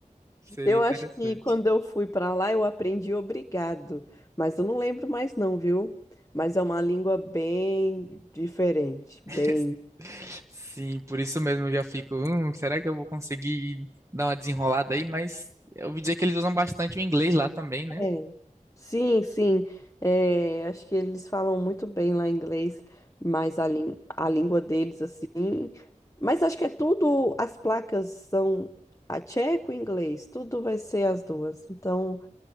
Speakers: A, on the right (about 20°); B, on the left (about 25°).
A: seria
B: Eu
A: interessante.
B: acho que quando eu fui para lá eu aprendi obrigado, mas eu não lembro mais não, viu? Mas é uma língua bem diferente,
A: <laughs>
B: bem
A: Sim, por isso mesmo eu já fico, hum, será que eu vou conseguir dar uma desenrolada aí? Mas eu ouvi dizer que eles usam bastante o inglês lá também, né?
B: É. Sim, sim. É, acho que eles falam muito bem lá inglês, mas a, lin- a língua deles, assim. Mas acho que é tudo. As placas são a tcheco e inglês, tudo vai ser as duas. Então,